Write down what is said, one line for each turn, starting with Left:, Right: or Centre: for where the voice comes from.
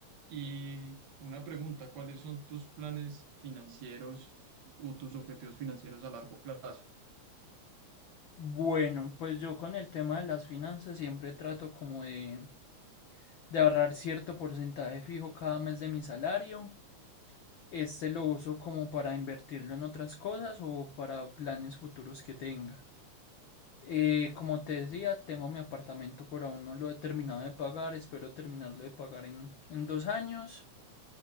Right: y una pregunta, ¿cuáles son tus planes financieros o tus objetivos financieros a largo plazo?
Left: Bueno, pues yo con el tema de las finanzas siempre trato como de, de ahorrar cierto porcentaje fijo cada mes de mi salario. Este lo uso como para invertirlo en otras cosas o para planes futuros que tenga. Eh, como te decía, tengo mi apartamento, pero aún no lo he terminado de pagar. Espero terminarlo de pagar en, en dos años.